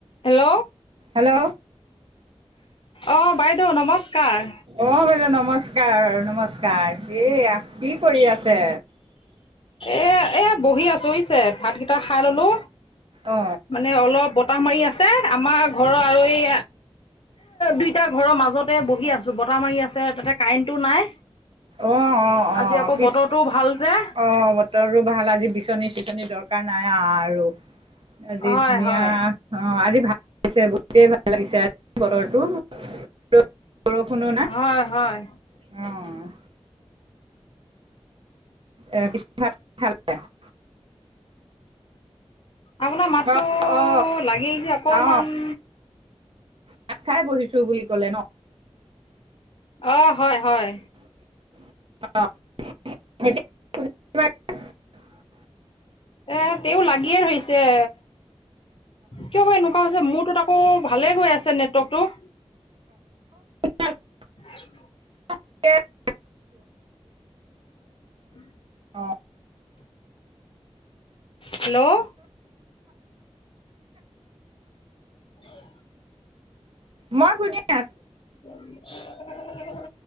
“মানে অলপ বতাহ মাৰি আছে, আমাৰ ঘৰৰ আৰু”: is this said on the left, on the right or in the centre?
Left